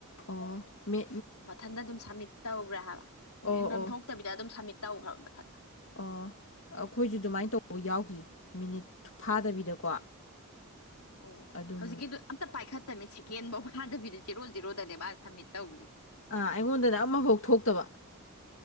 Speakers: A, on the left; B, on the left.
A: ꯑꯣ ꯃꯦ
B: ꯃꯊꯟꯇ ꯑꯗꯨꯝ ꯁꯝꯃꯤꯠ ꯇꯧꯈ꯭ꯔꯦ ꯍꯥꯏꯕ
A: ꯑꯣ
B: ꯃꯦꯟꯐꯝ
A: ꯑꯣ
B: ꯊꯣꯛꯇꯕꯤꯗ ꯑꯗꯨꯝ ꯁꯝꯃꯤꯠ ꯇꯧꯈ꯭ꯔꯕ ꯃꯊꯟꯇ
A: ꯑꯣ ꯑꯩꯈꯣꯏꯁꯨ ꯑꯗꯨꯃꯥꯏꯅ ꯇꯧꯕ ꯌꯥꯎꯈꯤ ꯃꯤꯅꯤꯠ ꯐꯥꯗꯕꯤꯗꯀꯣ
B: <inaudible> ꯑꯣ
A: ꯑꯗꯨꯝ
B: ꯍꯧꯖꯤꯛꯀꯤꯗꯨꯣ ꯑꯝꯇ ꯄꯥꯏꯈꯠꯇꯕꯃꯤ ꯁꯦꯀꯦꯟꯐꯧ ꯋꯥꯗꯕꯤꯗ ꯖꯤꯔꯣ ꯖꯔꯣꯗꯅꯦ ꯃꯥ ꯁꯝꯃꯤꯠ ꯇꯧ
A: ꯑꯥ ꯑꯩꯉꯣꯟꯗꯅ ꯑꯃꯐꯥꯎ ꯊꯣꯛꯇꯕ